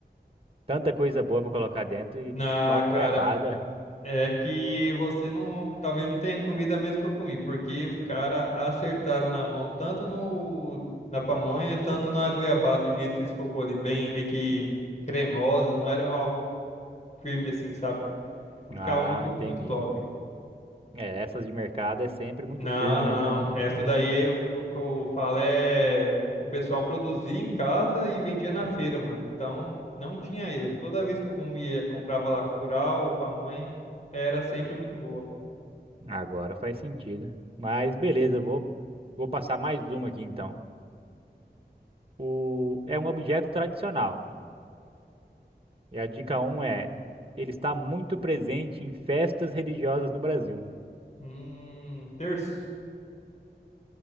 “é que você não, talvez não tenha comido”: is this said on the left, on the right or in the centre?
Left